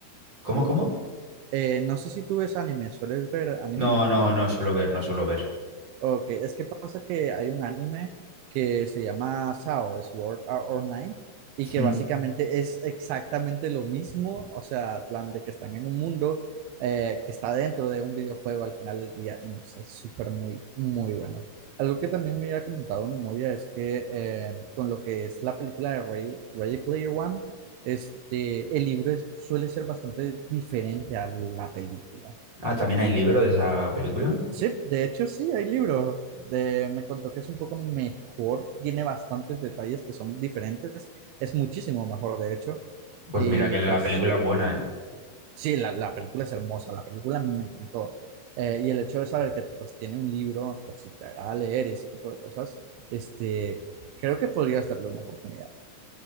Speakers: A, on the right; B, on the right.
A: ¿Cómo, cómo?
B: Eh, no sé si tú ves anime, ¿sueles ver anime?
A: No, no, no suelo ver, no suelo ver.
B: Ok, es que pasa que hay un anime que se llama SAO, Sword Art Online, y que
A: Mm.
B: básicamente es exactamente lo mismo, o sea, plan de que están en un mundo eh, que está dentro de un videojuego al final del día, y no sé, es súper muy, muy bueno. Algo que también me había comentado mi novia es que eh, con lo que es la película de Ready, Ready Player One, este, el libro es- suele ser bastante diferente a la película.
A: Ah, también hay libro de esa película.
B: Sí, de hecho sí, hay libro. De, me contó que es un poco mejor, tiene bastantes detalles que son diferentes, es muchísimo mejor de hecho.
A: Pues
B: Y
A: mira que la
B: pues
A: película
B: sí,
A: es buena, ¿eh?
B: sí, la, la película es hermosa, la película a mí me encantó. Eh, y el hecho de saber que pues tiene un libro por si te agrada leer y ese tipo de cosas, este, creo que podrías darle una oportunidad.